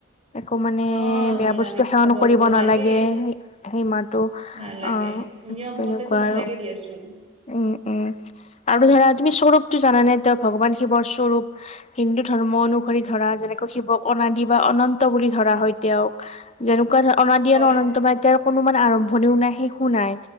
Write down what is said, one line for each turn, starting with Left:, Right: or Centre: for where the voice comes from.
Left: একো মানে
Right: অ
Left: বেয়া
Right: নিৰামিষ
Left: বস্তু সেৱন
Right: খাবতো
Left: কৰিব নালাগে।
Right: লাগে
Left: সেই মাহতো
Right: নালাগে
Left: অ,
Right: নিয়ম
Left: তেনেকুৱা
Right: মতেতো নালাগে
Left: আৰু
Right: দিয়াচোন
Left: উম, উম, আৰু ধৰা তুমি স্বৰূপটো জানানে তেওঁ ভগৱান শিৱৰ স্বৰূপ হিন্দু ধৰ্ম অনুসৰি ধৰা যেনেকৈ শিৱক অনাদি বা অনন্ত বুলি ধৰা হয়। তেওঁক যেনেকুৱা ধৰ অনাদি
Right: হয়
Left: আৰু অনন্ত মাইদ্যৰ কোনো আৰম্ভণিও নাই শেষো নাই